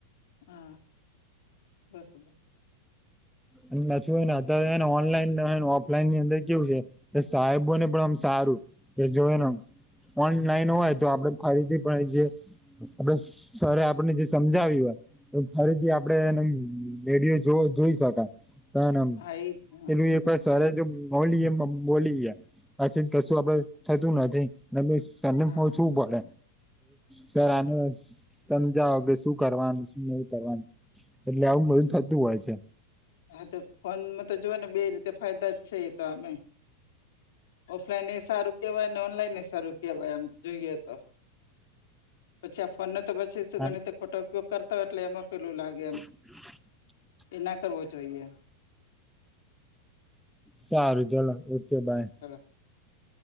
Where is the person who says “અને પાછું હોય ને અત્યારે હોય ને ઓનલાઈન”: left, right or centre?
Centre